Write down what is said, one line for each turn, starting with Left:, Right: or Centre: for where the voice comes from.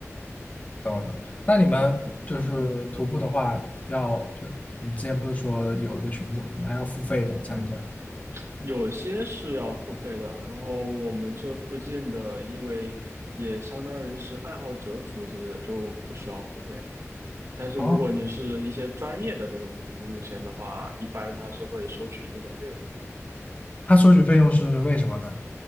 Left: 懂了，那你们就是徒步的话，
Right: <laughs> 嗯
Left: 要就是你之前不是说有一个群组，那要付费吗？参加？
Right: 嗯。有些是要付费的，然后我们这附近的，因为也相当于是爱好者组织的，就不需要付费。但是如果你是一些专业的那种徒步路线的话，
Left: 哦，
Right: 一般他是会收取一定的费用的，
Left: 他收取费用是为什么呢？